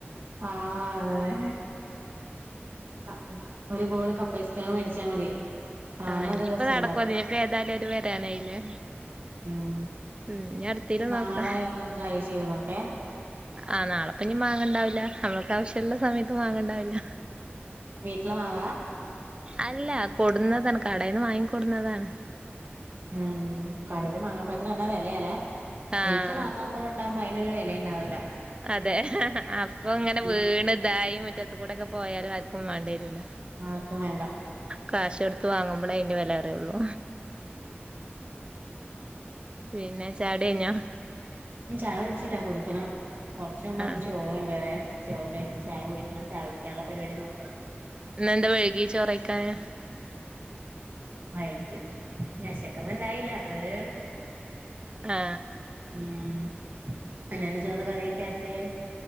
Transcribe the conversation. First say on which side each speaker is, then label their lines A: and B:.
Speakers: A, on the right; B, on the right.
A: ആഹ് ആഹ് ഒരു ബോള് കപ്പ് ഐസ്ക്രീം മേടിച്ചാൽ മതി. സാനം
B: ആഹ് ഇനിയിപ്പൊ
A: അത് രസണ്ടാ
B: നടക്കുവോ ഇനിയിപ്പോ ഏതായാലും അവര് വരാനായില്ലേ
A: ഉം
B: ഉം ഇനി അടുത്തേല്
A: നാളെ
B: നോക്കാം.
A: ഒന്ന് ട്രൈ ചെയ്ത് നോക്കെ
B: ആഹ് നാളെ പിന്നെ മാങ്ങ ഒണ്ടാവില്ല നമ്മൾക്ക് ആവശ്യള്ള സമയത്ത് മാങ്ങ ഒണ്ടാവില്ല.
A: വീട്ടിലെ മാവാ
B: അല്ല കൊടുന്നതാണ് കടയിന്ന് വാങ്ങി കൊടുന്നതാണ്.
A: ഉം കടയില് മാങ്ങാപ്പഴത്തിനെന്ന വെലയാല്ലേ
B: ആഹ്
A: വീട്ടില് മാങ്ങ പ്പഴണ്ടാവുമ്പോ അയിനൊരു വെലയുണ്ടാവുല്ല.
B: അതെ അപ്പൊങ്ങനെ വീണ്
A: അറിയ
B: തായി മുറ്റത്ത് കൂടെക്കെ പോയാലും ആർക്കും വേണ്ടേരൂല
A: ആർക്കും വേണ്ട
B: കാശൊടുത്ത് വാങ്ങുമ്പളേ അയിന്റെ വെല അറിയുള്ളു
A: ഉം
B: പിന്നെ ഛായുടിഎയ്ഞ്ഞോ?
A: ഛായ കുടിച്ചില്ല കുടിക്കണം കൊറച്ച് മുമ്പാണ്
B: ആഹ്
A: ചോറുണ്ടതെ ചോറുണ്ടെയ്ഞ്ഞു ഇനി ഛായ കുടിക്കണം ഛായ കുടിക്കാനുള്ള പരിപാടി നോക്കണം.
B: ഇന്നെന്താ വഴുകീ ചോറയ്ക്കാന്?
A: <unintelligible> വെശക്കന്നുണ്ടായില്ല <unintelligible>
B: ആ
A: ഉം ഇന്നെന്ന ചോറിന് കറിയൊക്കെ ആക്കിയേ?